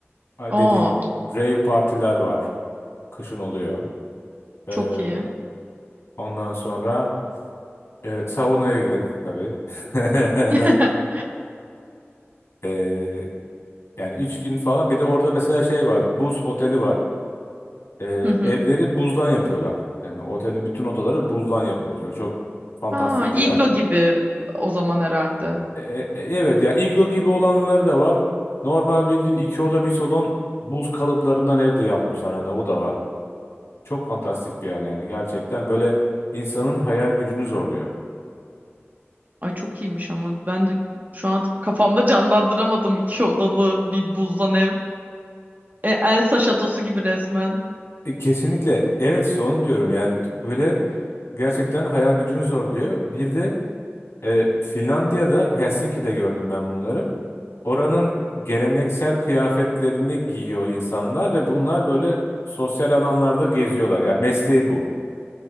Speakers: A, on the left; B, on the right.
A: Ay
B: Oo,
A: Dediğin rave partiler var. Kışın oluyor. Ee,
B: çok iyi.
A: ondan sonra e, saunaya gidin tabii. <laughs>
B: <laughs>
A: Ee, yani üç gün falan. Bir de orada mesela şey var. Buz oteli var. Ee,
B: Hı hı.
A: evleri buzdan yapıyorlar. Yani otelin bütün odaları buzdan yapılmış. Böyle çok fantastik
B: Aa,
A: bir yer.
B: iglo gibi o zaman herhalde.
A: E, e, evet ya iglo gibi olanları da var. Normal bildiğin iki oda bir salon buz kalıplarından evde yapmışlar. Hani o da var. Çok fantastik bir yer yani gerçekten böyle insanın hayal gücünü zorluyor.
B: Ay çok iyiymiş ama ben de şu an kafamda canlandıramadım iki odalı bir buzdan ev. E, Elsa şatosu gibi resmen.
A: E, kesinlikle evet işte onu diyorum yani t- böyle gerçekten hayal gücünü zorluyor. Bir de e, Finlandiya'da Helsinki'de gördüm ben bunları. Oranın geleneksel kıyafetlerini giyiyor insanlar ve bunlar böyle sosyal alanlarda geziyorlar. Yani mesleği bu.